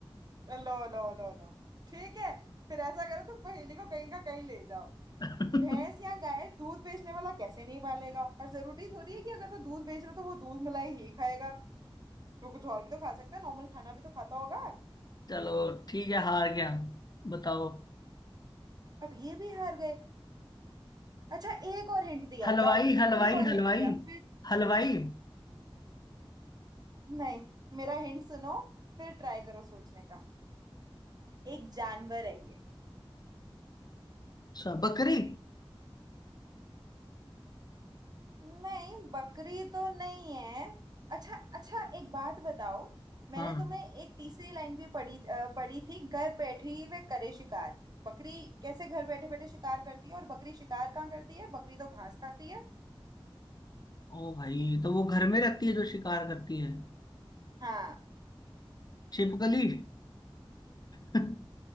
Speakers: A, on the right; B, on the left.
A: लो लो लो लो ठीक है फिर ऐसा करो तुम पहेली को कहीं का कहीं ले जाओ
B: <laughs>
A: भैंस या गाय दूध बेचने वाला कैसे नहीं पालेगा और जरूरी थोड़ी है कि अगर वो दूध बेच रहा है तो वो दूध मलाई ही खाएगा वो कुछ और भी तो खा सकता है नॉर्मल खाना भी तो खाता होगा
B: चलो ठीक है हार गया बताओ
A: अब ये भी हार गए अच्छा एक और हिंट दिया
B: हलवाई
A: जाओ तुम्हें
B: हलवाई
A: एक और
B: हलवाई
A: हिंट दिया फिर
B: हलवाई
A: नहीं मेरा हिंट सुनो फिर ट्राई करो सोचने का एक जानवर है ये
B: अच्छा बकरी
A: नहीं बकरी तो नहीं है अच्छा अच्छा एक बात बताओ मैंने
B: हाँ
A: तुम्हें एक तीसरी लाइन भी पढ़ी अ, पढ़ी थी घर बैठे ही वे करे शिकार बकरी कैसे घर बैठे बैठे शिकार करती है और बकरी शिकार कहाँ करती है बकरी तो घास खाती है
B: ओ भाई तो वो घर में रहती है जो शिकार करती है
A: हाँ
B: छिपकली <laughs>